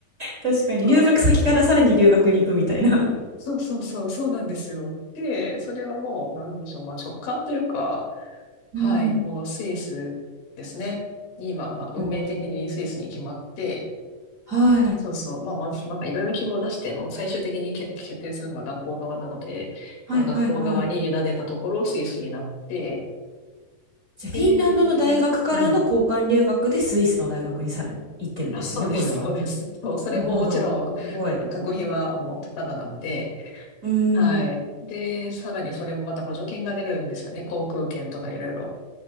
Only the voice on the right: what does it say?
確かに。
留学先からさらに留学に行くみたいな。
うん。
おーはい。
はいはいはい。
じゃあ、フィンランドの大学からの交換留学でスイスの大学にさらに行ってるんですよね、
これは。
なるほど。すごい。
うーん。